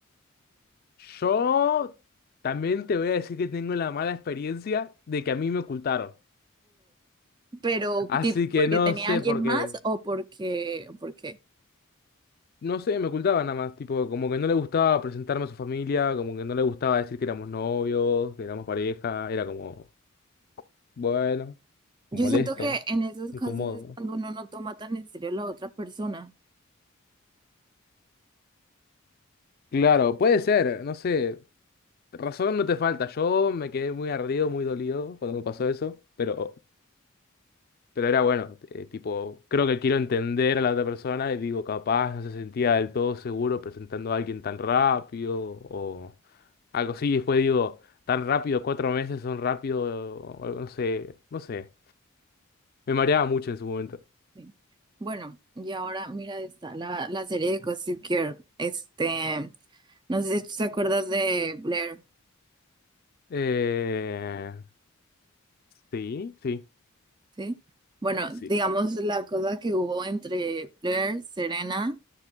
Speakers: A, on the left; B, on the right.
A: Yo también te voy a decir que tengo la mala experiencia de que a mí me ocultaron.
B: pero
A: Así
B: tipo
A: que
B: porque
A: no
B: tenía
A: sé
B: alguien
A: por
B: más
A: qué.
B: o porque, o porque
A: No sé, me ocultaba nada más, tipo, como que no le gustaba presentarme a su familia, como que no le gustaba decir que éramos novios, que éramos pareja, era como, bueno,
B: yo
A: molesto,
B: siento que en esos
A: incómodo.
B: casos es cuando uno no toma tan en serio a la otra persona.
A: Claro, puede ser, no sé, razón no te falta, yo me quedé muy ardido, muy dolido cuando me pasó eso, pero Pero era bueno, eh, tipo, creo que quiero entender a la otra persona y digo, capaz no se sentía del todo seguro presentando a alguien tan rápido o algo así. Y después digo, tan rápido, cuatro meses son rápido, o algo, no sé, no sé. Me mareaba mucho en su momento.
B: Sí. Bueno, y ahora mira, está la, la serie de Gossip Girl. Este, no sé si tú te acuerdas de Blair,
A: Eh, sí, sí,
B: ¿sí? Bueno,
A: sí.
B: digamos la cosa que hubo entre Blair, Serena